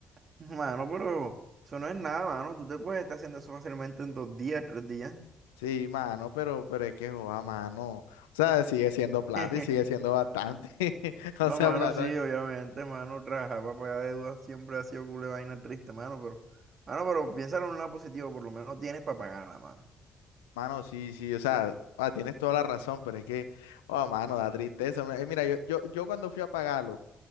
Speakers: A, on the right (about 50°); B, on the left (about 90°).
A: <laughs> Mano, pero eso no es nada, mano. Tú te puedes estar haciendo eso fácilmente en dos días, tres días.
B: Sí, mano, pero, pero es que joda, mano. O sea, sigue siendo plata
A: <laughs>
B: y sigue siendo bastante. <laughs> O
A: No,
B: sea,
A: mano,
B: plata.
A: sí, obviamente, mano. Trabajar para pagar deudas siempre ha sido culo de vaina triste, mano, pero... Mano, pero piénsalo en un lado positivo. Por lo menos tienes para pagarla, mano.
B: Mano, sí, sí, o sea, ah, tienes toda la razón, pero es que, oh, mano, da tristeza. Me- eh, mira, yo, yo, yo cuando fui a pagarlo.